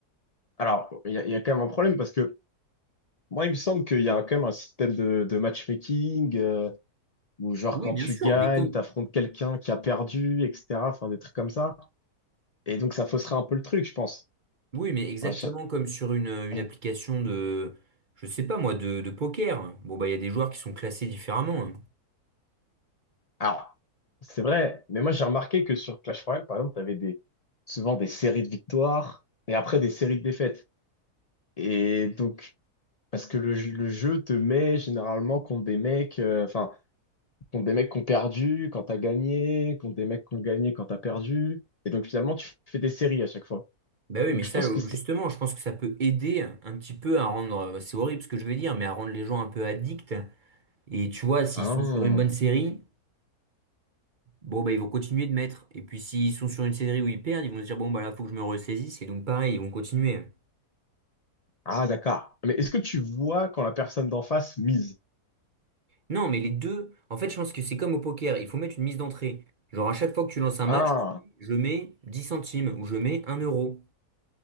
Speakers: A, on the left; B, on the right.
A: Alors, il y a, il y a quand même un problème parce que moi, il me semble qu'il y a quand même un système de, de matchmaking euh, où, genre,
B: Oui,
A: quand
B: bien
A: tu
B: sûr,
A: gagnes,
B: mais comme,
A: t'affrontes quelqu'un qui a perdu, etc. Enfin, des trucs comme ça. Et donc, ça fausserait un peu le truc, je pense.
B: Oui, mais exactement
A: Ouais, je-
B: comme sur une, une
A: ouais.
B: application de, je sais pas moi, de, de poker. Bon, bah, il y a des joueurs qui sont classés différemment. hein.
A: Alors, c'est vrai, mais moi j'ai remarqué que sur Clash Royale, par exemple, t'avais des, souvent des séries de victoires et après des séries de défaites. Et donc, parce que le, jeu le jeu te met généralement contre des mecs, euh, enfin, contre des mecs qui ont perdu quand t'as gagné, contre des mecs qui ont gagné quand t'as perdu. Et donc finalement,
B: Ouais.
A: tu fais des séries à chaque fois.
B: Bah oui,
A: Donc
B: mais ça,
A: je pense
B: euh,
A: que c'était...
B: justement, je pense que ça peut aider un petit peu à rendre, bah, c'est horrible ce que je vais dire, mais à rendre les gens un peu addicts. Et tu vois, s'ils
A: Ah,
B: sont sur une bonne série, bon, bah, ils vont continuer de mettre. Et puis, s'ils sont sur une série où ils perdent, ils vont se dire, bon, bah, là, faut que je me ressaisisse. Et donc, pareil, ils vont continuer.
A: ah, d'accord. Mais est-ce que tu vois quand la personne d'en face mise?
B: Non, mais les deux, en fait, je pense que c'est comme au poker, il faut mettre une mise d'entrée. Genre, à chaque fois que tu lances un
A: Ah,
B: match, tu te dis, je mets 10 centimes ou je mets un euro.